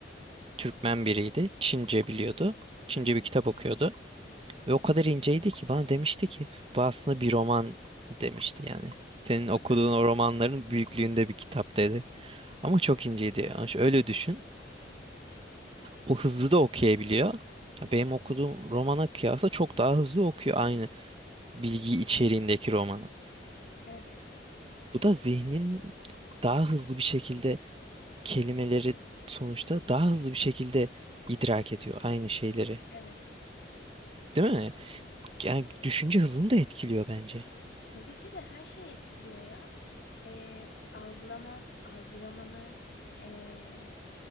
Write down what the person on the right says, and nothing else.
Türkmen biriydi. Çince biliyordu. Çince
bir kitap okuyordu. Ve o kadar inceydi ki bana demişti ki bu aslında bir roman demişti yani. Senin okuduğun
o romanların büyüklüğünde bir kitap dedi. Ama çok inceydi. Yani öyle düşün. O hızlı da okuyabiliyor. Ya Benim okuduğum romana kıyasla çok daha hızlı okuyor aynı bilgi içeriğindeki romanı.
Bu da zihnin daha hızlı bir şekilde kelimeleri sonuçta daha hızlı bir şekilde idrak ediyor aynı şeyleri.
Değil mi? Yani düşünce hızını da etkiliyor bence.